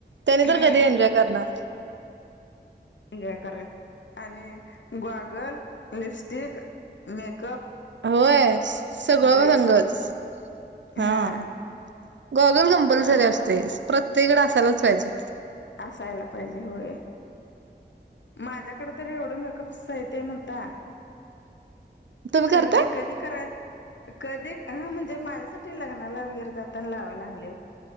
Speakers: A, on the right; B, on the left.
A: त्यानी तर
B: हा
A: कधी एन्जॉय करणार.
B: एन्जॉय करायच, आणि गॉगल, लिपस्टिक, मेक-
A: होय, सगळं
B: ड्रेस
A: संगच हं..
B: हा
A: गॉगल कंपल्सरी
B: आणि घरात
A: असतोयच, प्रत्येककाडे असायलाच पाहिजे.
B: असायला पाहिजे होय. माझ्याकडे तरी एवढं मेकअप साहित्ये म्हणता.
A: तुम्ही
B: खरं
A: करताय?
B: ते कधी कराय-, कधी हं म्हणजे माझ्यासाठी लग्नाला वगैरे जात तण लावाय आणलय.